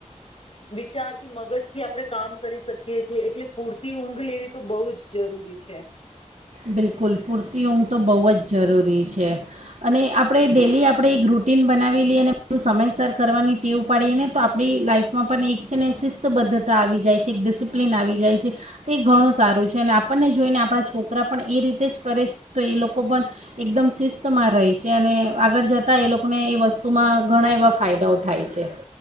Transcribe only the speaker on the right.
બિલકુલ પૂરતી ઊંઘ તો બહુ જ જરૂરી છે, અને આપણે ડેલી આપણે એક રૂટિન બનાવી લઈએ અને બું સમયસર કરવાની ટેવ પાડીએ ને તો આપણી લાઈફમાં પણ એક છે ને શિસ્તબદ્ધતા આવી જાય છે એક ડિસિપ્લિન આવી જાય છે, તે ઘણું સારું છે અને આપણને જોઈને આપણા છોકરા કરા પણ એ રીતે જ કરે છે તો એ લોકો પણ એકદમ શિસ્તમાં રહે છે, અને આગળ જતાં એ લોકોને એ વસ્તુમાં ઘણા એવા ફાયદાઓ થાય છે.